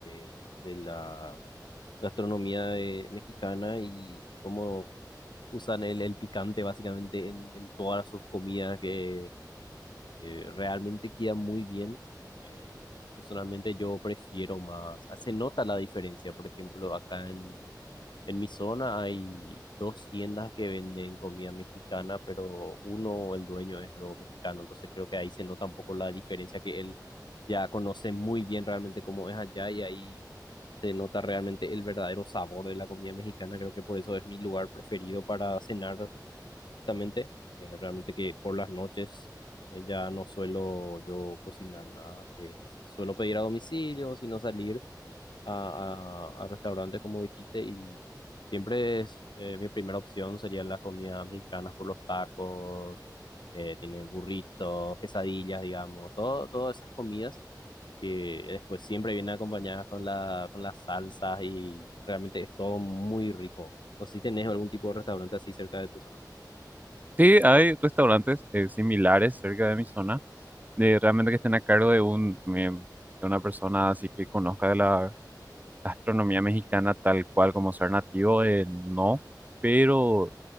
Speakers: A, on the left; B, on the right.
A: es de la gastronomía eh, mexicana y cómo usan el, el picante básicamente en, en todas sus comidas que eh, realmente queda muy bien. Eh, personalmente yo prefiero más, ah, se nota la diferencia, por ejemplo, acá en mi zona hay dos tiendas que venden comida mexicana, pero uno, el dueño es lo mexicano, entonces creo que ahí se nota un poco la diferencia que él ya conoce muy bien realmente cómo es allá y ahí se nota realmente el verdadero sabor de la comida mexicana. Creo que por eso es mi lugar preferido para cenar justamente, eh, realmente que por las noches eh, ya no suelo yo cocinar nada, que suelo pedir a domicilio, sino salir a, a- a restaurantes, como dijiste, y siempre es eh, mi primera opción serían las comidas mexicanas por los tacos, eh, tiene burritos, quesadillas, digamos, todo, todas esas comidas que después siempre vienen acompañadas con la, con las salsas y realmente es todo muy rico. No sé si tenés algún tipo de restaurante así cerca de tu zona.
B: Sí, hay restaurantes eh, similares cerca de mi zona, de realmente que estén a cargo de un em, de una persona así que conozca de la gastronomía mexicana tal cual como ser nativo, eh, no, pero